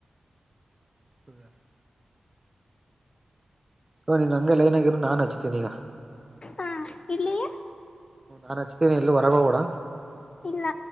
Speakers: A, on the right (about 20°); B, on the left (about 45°).
A: <inaudible> ಪು ನೀನ್ ಹಂಗೆ ಲೈನಗಿರು ನನಚುತಿನಿಗಾ.
B: ಹಾ ಇಳ್ಳಿಯೇ.
A: ನಾಹಚ್ತಿನ್ ಎಲ್ಲೂ ಹೊರಗೋಬೆಡ.
B: ಇಲ್ಲ.